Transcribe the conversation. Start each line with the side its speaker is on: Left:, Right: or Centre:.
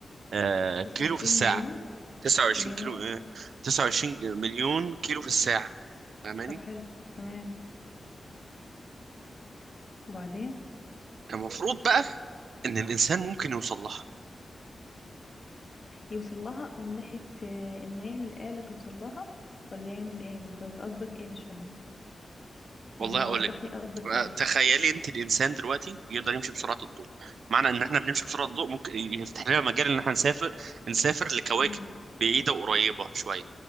Right: آه
Left: تسعة
Right: كيلو
Left: وعشرين
Right: في الساعه
Left: مليون
Right: 29
Left: ياه
Right: كيلو آه 29 مليون كيلو في الساعه فاهماني
Left: طب حلو تمام وبعدين
Right: المفروض بقى ان الانسان ممكن يوصل لها
Left: يوصل لها من ناحية آه، انه يعمل آلة توصل لها ولا يعمل ايه بالظبط قصدك ايه مش فاهمة
Right: والله
Left: يعني
Right: اقول
Left: يوضح
Right: لك
Left: لي قصدك
Right: بقى.
Left: قوي
Right: تخيلي انت الانسان دلوقتي يقدر يمشي بسرعه الضوء معنى ان احنا بنمشي بسرعه الضوء ممكن يفتح لنا مجال ان احنا نسافر نسافر لكواكب
Left: مم.
Right: بعيده وقريبه شويه